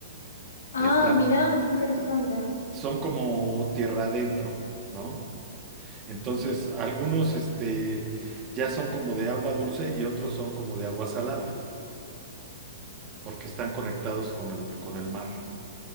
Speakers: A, on the left; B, on the right.
A: Ah,
B: Están,
A: mirá, qué interesante.
B: eh, eh, son como tierra adentro, ¿no? Entonces, algunos, este, ya son como de agua dulce y otros son como de agua salada, porque están conectados con el, con el mar.